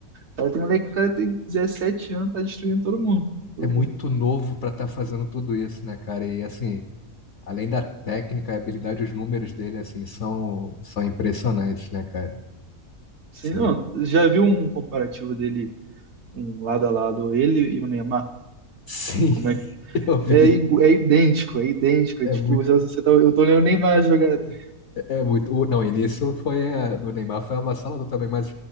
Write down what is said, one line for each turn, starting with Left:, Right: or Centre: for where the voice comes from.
Right: Cara, tem moleque que o cara tem 17 anos, tá destruindo todo mundo. Todo
Left: É muito
Right: mundo.
Left: novo pra estar fazendo tudo isso, né, cara? E assim, Além da técnica, a habilidade, os números dele, assim, são, são impressionantes, né, cara?
Right: Sim,
Left: Assim,
Right: não, já viu um comparativo dele, um lado a lado, ele e o Neymar?
Left: sim,
Right: Como é que.
Left: <laughs> eu vi.
Right: É, igu- é idêntico, é idêntico. É
Left: É
Right: tipo,
Left: muito,
Right: já você tá- eu tô olhando o Neymar jogar. tá?
Left: é muito. o- Não, e nisso foi a, do Neymar foi avassalador também, mas